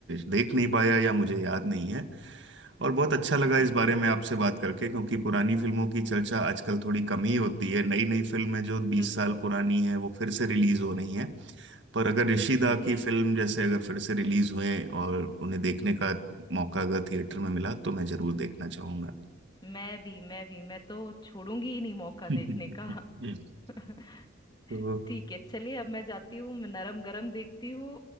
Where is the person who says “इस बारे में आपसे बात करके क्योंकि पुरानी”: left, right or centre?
Right